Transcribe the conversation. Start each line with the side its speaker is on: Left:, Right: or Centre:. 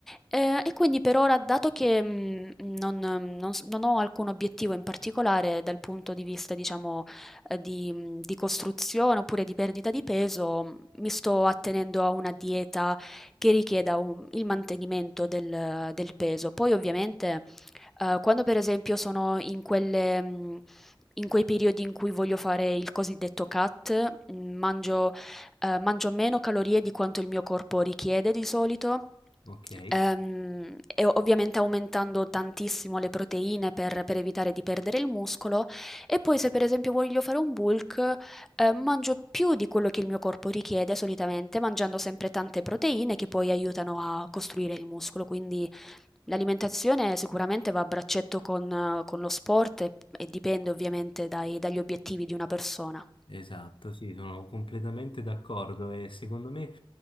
Centre: Eh, e quindi per ora, dato che mh, non, non s- non ho alcun obiettivo in particolare dal punto di vista, diciamo, eh, di, mhmm, di costruzione oppure di perdita di peso, mi sto attenendo a una dieta che richieda un- il mantenimento del, del peso. Poi ovviamente eh, quando per esempio sono in quelle, mh, in quei periodi in cui voglio fare il cosiddetto cut, mhmm, mangio ehm, mangio meno calorie di quanto il mio corpo richiede di solito,
Left: Ok.
Centre: ehm, e ovviamente aumentando tantissimo le proteine per per evitare di perdere il muscolo, e poi se per esempio voglio fare un bulk, ehm, mangio più di quello che il mio corpo richiede solitamente, mangiando sempre tante proteine che poi aiutano a costruire il muscolo, quindi L'alimentazione sicuramente va a braccetto con eh, con lo sport e e dipende ovviamente dai dagli obiettivi di una persona.
Left: Esatto, sì, sono completamente d'accordo e secondo me